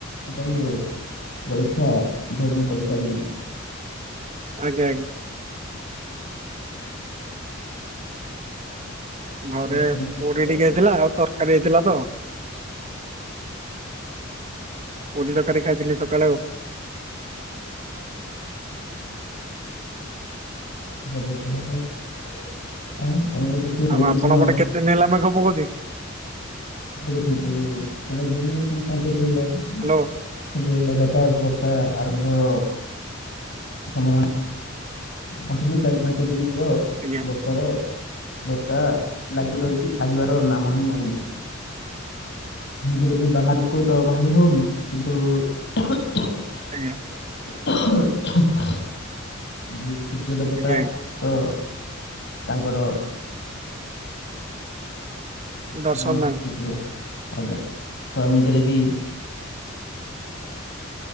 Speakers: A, on the left (about 60°); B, on the right (about 35°).
A: ସକାଳୁ ଜଳିଖିଆ, ଭୋଜନ କରିସାରିଲେଣି।
B: ଆଜ୍ଞା ଆଜ୍ଞା। ଘରେ
A: ସମସ୍ତେ
B: ପୁରି
A: ସୁସ୍ଥ?
B: ଟିକେ ହେଇଥିଲା, ଆଉ ତରକାରୀ ହେଇଥିଲା ତ। ପୁରି, ତରକାରୀ ଖାଇଥିଲି ସକାଳେ ଆଉ।
A: <unintelligible>
B: ଆଉ, ଆପଣ
A: କଣ
B: ପଟେ କେତେ ଦିନ ହେଲା ମେଘ ପକଉଚି?
A: ଦେଖନ୍ତୁ, ଚାରି ଦିନ କି ପାଞ୍ଚ ଦିନ ହେଲା।
B: ହ୍ୟାଲୋ।
A: ଏଇ ଲଗାତାର ବର୍ଷା ଆରମ୍ଭ, ସମ କଣ୍ଟିନ୍ୟୁ, ଚାରି ପାଞ୍ଚ ଦିନ ହବ ଆଉ,
B: ଆଜ୍ଞା।
A: ବର୍ଷାର, ବର୍ଷା ଲାଗି ରହିଛି, ଛାଡିବାର ନାମ ହିଁ ନଉନି। ଏମିତିରେ ବି ବାହାରକୁ ତ ବାହାରି ହଉନି, କିନ୍ତୁ ଉ
B: ଆଜ୍ଞା।
A: <inaudible> ଏ ସୂର୍ଯ୍ୟ ଦେବତା
B: ଆଜ୍ଞା ଆଜ୍ଞା
A: ତ ତାଙ୍କର
B: ଦର୍ଶନ
A: କିରଣ
B: ନାହିଁ
A: ଟିକେ, ଆଜ୍ଞା। ତ ଏମିତିରେ ବି
B: <inaudible>